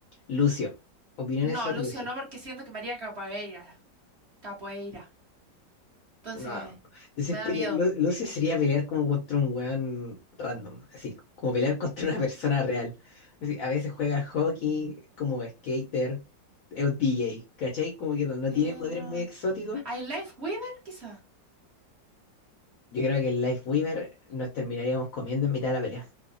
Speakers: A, on the left; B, on the right.
A: Lucio. Opiniones
B: No,
A: sobre
B: Lucio
A: Lucio.
B: no, porque siento que María haría capoeira. Capoeira. Entonces,
A: No, yo
B: me
A: siento
B: da miedo.
A: que Lu- Lucio sería pelear como contra un weón random, así, como pelear <laughs> contra una persona real. Así, a veces juega al hockey, como skater, es un DJ, ¿cachai? Como que no, no
B: Sí,
A: tiene poderes
B: no.
A: muy exóticos
B: ¿Hay Life Weaver, quizá?
A: Yo creo que el Life Weaver nos terminaríamos comiendo en mitad de la pelea.